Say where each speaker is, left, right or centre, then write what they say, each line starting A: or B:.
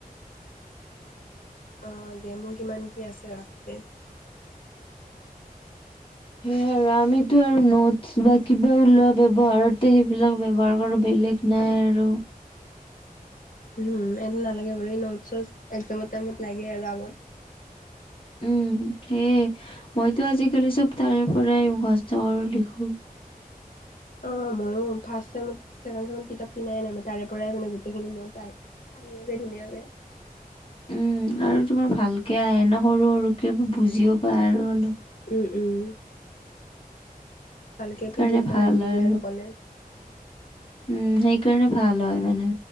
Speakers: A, on the left; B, on the left.
A: অঁ গেমো কিমান কি আছে আপুনি
B: হে আৰু আমিটো আৰু নোটছ বা কিবা ওলোৱা ব্যৱহাৰতে সেইবিলাক ব্যৱহাৰ কৰোঁ বেলেগ নাই আৰু
A: উম এইটো নালাগে বাৰু এই নোটছ চোটছ একজামৰ টাইমত লাগে আৰু আগত
B: উম সেয়ে মইটো আজিকালি চব তাৰে পৰাই মুখস্থ কৰোঁ লিখোঁ।
A: অ ময়ো ফাৰ্ষ্ট চেমত ছেকেণ্ড চেমত কিতাপ কিনাই নাই মই তাৰে পৰাই মানে গোটেইখিনি নোটচ চাই। আহিয়ে যে ধুনীয়াকে।
B: উম আৰু তোমাৰ ভালকে আহে ন সৰু সৰুকে বুজিও পায় আৰু অলপ।
A: উম উম। ভালকে পি
B: কাৰণে
A: ডি এফ বনাই
B: ভাল
A: দি
B: হয়
A: দিয়ে আৰু ক'লে।
B: উম সেইকাৰণে ভাল হয় মানে।